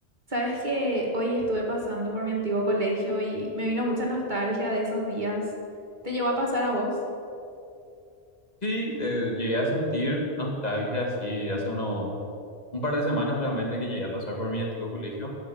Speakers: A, on the right; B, on the left.
A: Sabes que hoy estuve pasando por mi antiguo colegio y me vino mucha nostalgia de esos días. ¿Te llegó a pasar a vos?
B: Sí, eh, llegué a sentir nostalgia, sí, hace uno, un par de semanas realmente que llegué a pasar por mi antiguo colegio